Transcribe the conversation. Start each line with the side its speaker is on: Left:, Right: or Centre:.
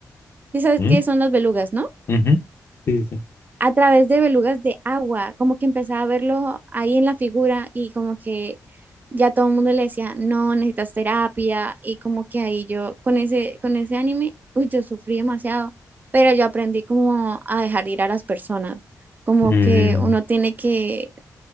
Right: ¿Y sabes
Left: ¿Mm?
Right: qué son las belugas, no?
Left: Ujú. Sí, sí.
Right: a través de belugas de agua, como que empezaba a verlo ahí en la figura y como que ya todo el mundo le decía, no, necesitas terapia y como que ahí yo con ese, con ese anime, uy, yo sufrí demasiado, pero yo aprendí como a dejar ir a las personas, como
Left: Mm,
Right: que uno tiene que